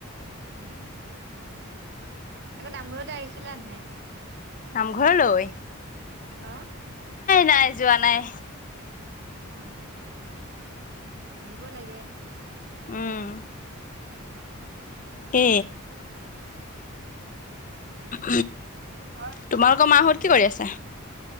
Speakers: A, on the right; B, on the left.
A: উম। আকৌ নামঘৰলৈ আহিছিলে নাই।
B: নামঘৰ লৈ।
A: আহ।
B: নাই যোৱা নাই।
A: অ। আহিব লাগে।
B: উম। এ <unintelligible>
A: ঘৰ
B: তোমালোকৰ মাহত
A: এতিয়া
B: কি কৰি
A: ক
B: আছে।